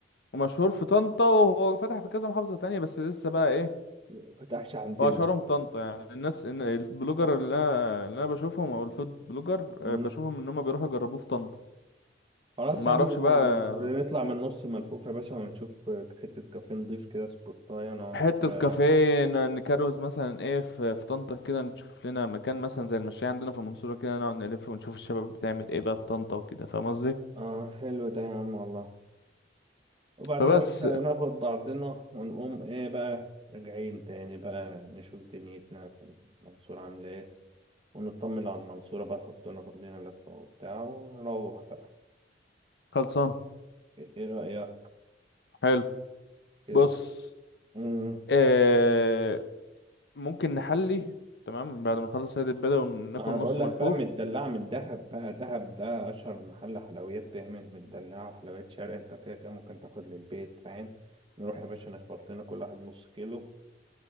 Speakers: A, on the left; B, on the right.
A: مشهور في طنطا وهو فتح في كذا محافظة تانية بس لسه بقى ايه
B: ما فتحش عندنا
A: واشهرهم طنطا يعني الناس إن- البلوجر اللي انا اللي انا بشوفهم او الفود بلوجر آه،
B: مم.
A: بشوفهم ان هم بيروحوا يجربوه في طنطا
B: خلاص
A: ما
B: يا عم
A: اعرفش
B: و-
A: بقى
B: ونطلع من نص ملفوف يا باشا ونشوف حتة كافيه نضيف كده سبوتاية نقعد
A: حته
B: اه
A: كافيه ن- نكروز مثلا ايه في في طنطا كده نشوف لنا مكان مثلا زي المشاية عندنا في المنصوره كده نقعد نلف ونشوف الشباب بتعمل ايه بقى في طنطا وكده فاهم قصدي
B: آه، حلو ده يا عم والله وبعدين
A: فبس
B: يا باشا ناخد بعضنا ونقوم ايه بقى راجعين تاني بقى نشوف دنيتنا في المنصورة عاملة ايه ونطمن على المنصورة بقى خدونا ناخد لنا لفة وبتاع ونروح بقى
A: خلصان
B: ايه رأيك
A: حلو
B: كده
A: بص
B: امم
A: آه ممكن نحلي تمام بعد ما نخلص هذه البدا وناكل
B: ما انا
A: نص
B: بقول لك
A: ملفوف
B: بقى مدلعة من دهب بقى دهب ده اشهر محل حلويات بيعمل مدلعة وحلويات شرق انت كده كده ممكن تاخد للبيت فاهم نروح يا باشا نخبط لنا كل واحد نص كيلو